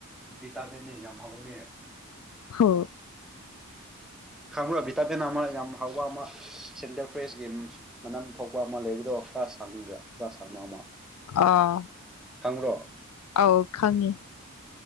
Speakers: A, in the centre; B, on the left (about 80°).
A: ꯚꯤꯇꯥꯃꯤꯟꯅꯤ ꯌꯥꯝ ꯍꯥꯎꯕꯅꯦ
B: ꯍ
A: ꯈꯡꯕꯔꯥ ꯚꯤꯇꯥꯃꯤꯟ ꯑꯃ ꯌꯥꯝ ꯍꯥꯎꯕ ꯑꯃ ꯁꯦꯟꯇꯔ ꯐ꯭ꯔꯦꯁꯒꯤ ꯃꯅꯝ ꯊꯣꯛꯄ ꯑꯃ ꯂꯩꯕꯗꯣ ꯈꯔ ꯁꯥꯡꯒ꯭ꯔꯥ ꯈꯔ ꯁꯥꯡꯕ ꯑꯃ
B: ꯑꯥ
A: ꯈꯪꯕꯔꯣ
B: ꯑꯧ ꯈꯪꯉꯦ